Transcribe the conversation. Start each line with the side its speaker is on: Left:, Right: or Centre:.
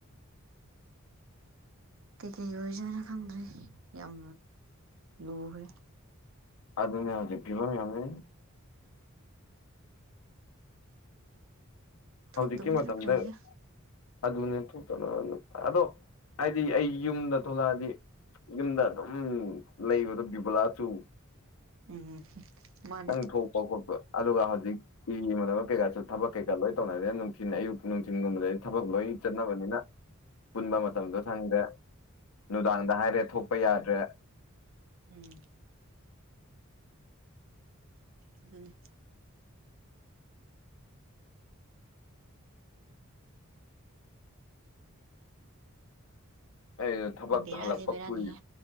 Right: <inaudible> ꯀꯩꯀꯩ ꯑꯣꯏꯁꯥꯅ ꯈꯪꯗ꯭ꯔꯦ ꯌꯥꯝ ꯂꯨꯈ꯭ꯔꯦ
Left: ꯑꯗꯨ ꯑꯗꯨ ꯅ ꯍꯧꯖꯤꯀꯤꯕ ꯌꯥꯅꯤ ꯍꯧꯖꯤ
Right: ꯊꯣꯛꯇꯕꯅꯁꯨ
Left: ꯀ ꯃ ꯃꯇꯝꯝꯗ
Right: ꯐꯩꯗ
Left: ꯑꯗꯨꯅꯦ ꯊꯣꯛꯇꯅꯕ ꯑꯗꯣ ꯍꯥꯏꯗꯤ ꯑꯩ ꯌꯨꯝꯗ ꯊꯣꯛꯂꯛꯑꯗꯤ ꯌꯨꯝꯗ ꯑꯗꯨꯝ ꯂꯩꯕꯗꯣ ꯕꯤꯕꯨꯂꯥꯁꯨ
Right: ꯎꯝ ꯃꯥꯅꯦ
Left: ꯅꯪ ꯊꯣꯛꯄ ꯈꯣꯠꯄ ꯑꯗꯨꯒ ꯍꯧꯖꯤꯛꯤ ꯏ ꯃꯅꯕ ꯀꯩꯀꯥꯁꯨ ꯊꯕꯛ ꯀꯩꯀꯥ ꯂꯣꯏ ꯇꯧꯅꯔꯤꯅ ꯅꯨꯡꯊꯤꯤꯟ ꯑꯌꯨꯛ ꯆꯤꯡꯒꯨꯝꯕꯗ ꯊꯕꯛ ꯂꯣꯏ ꯆꯠꯅꯕꯅꯤꯅ ꯄꯨꯟꯕ ꯃꯇꯝꯗꯣ ꯁꯪꯗ꯭ꯔꯦ ꯅꯨꯡꯗꯥꯡꯗ ꯍꯥꯏꯔꯦ ꯊꯣꯛꯄ ꯌꯥꯗ꯭ꯔꯦ
Right: ꯎꯝ ꯑꯗꯅ
Left: ꯑꯩ ꯊꯕꯛ
Right: ꯕꯦꯔꯥꯗꯤ
Left: ꯍꯜꯂꯛꯄ
Right: ꯕꯦꯔꯥꯅꯤꯍꯦ
Left: ꯀꯨꯏ